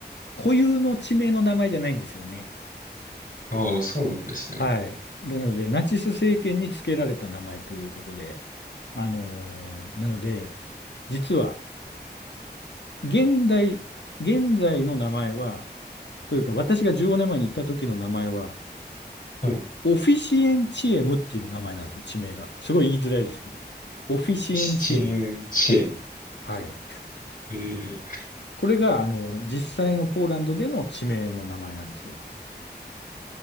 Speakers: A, on the left; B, on the left.
A: 固有の地名の名前じゃないんですよね。
B: ああ、そうなんですね。
A: はい。なので、ナチス政権に付けられた名前ということで、あのーなので、実は、現代、現在の名前は、というか、私が15年前に行った時の名前は、
B: はい。
A: オフィシエンチエムっていう名前なんですよ、地名が。すごい言いづらいですけど。オフィシエンチエム。
B: ピシチエンチェン。
A: はい。
B: えー、
A: これが、あの、実際のポーランドでの地名の名前なんですよ。